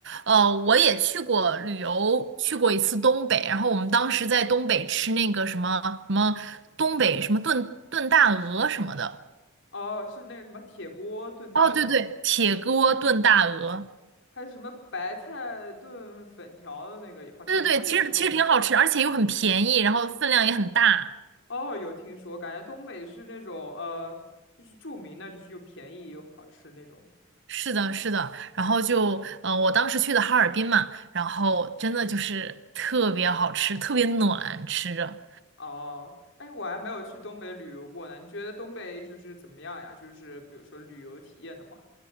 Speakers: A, on the right; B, on the left.
A: 呃，我也去过旅游，去过一次东北。然后我们当时在东北吃那个什么什么东北什么炖炖大鹅什么的。
B: 哦，是那个什么铁锅炖大鹅吗？
A: 哦，对对，铁锅炖大鹅。
B: 还有什么白菜炖粉条的那个，好像是不是也是东北？
A: 对对对，其实其实挺好吃，而且又很便宜，然后分量也很大。
B: 哦，有听说，感觉东北是那种呃，就是著名的，就是又便宜又好吃那种。
A: 是的，是的。然后就，呃，我当时去的哈尔滨嘛，然后真的就是特别好吃，特别暖，吃着。
B: 哦，哎，我还没有去东北旅游过呢。你觉得东北就是怎么样呀？就是比如说旅游体验的话，